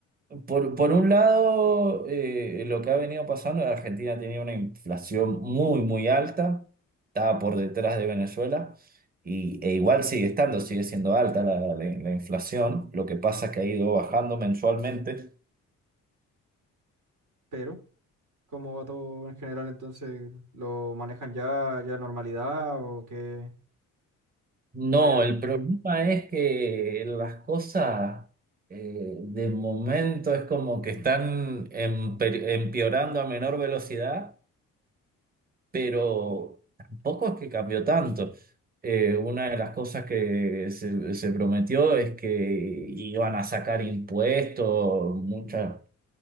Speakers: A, on the right (about 30°); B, on the right (about 80°).
A: por, por un lado, eh, lo que ha venido pasando, la Argentina tenía una inflación muy, muy alta, estaba por detrás de Venezuela, y, e igual sigue estando, sigue siendo alta la, la- la inflación, lo que pasa es que ha ido bajando mensualmente.
B: pero ¿cómo va todo en general entonces? ¿Lo manejan ya, ya normalidad o qué?
A: No,
B: Había...
A: el problema es que las cosas eh, de momento es como que están empe- empeorando a menor velocidad. pero tampoco es que cambió tanto. Eh, una de las cosas que se, se prometió es que iban a sacar impuestos muchas,